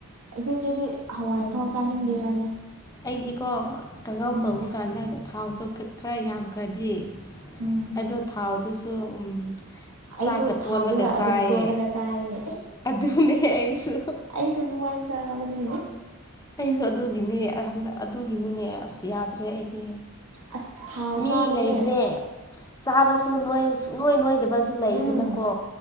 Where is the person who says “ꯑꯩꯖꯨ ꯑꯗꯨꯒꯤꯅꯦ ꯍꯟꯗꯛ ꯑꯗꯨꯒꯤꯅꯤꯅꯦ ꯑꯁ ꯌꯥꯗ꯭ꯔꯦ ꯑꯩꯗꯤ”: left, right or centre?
Left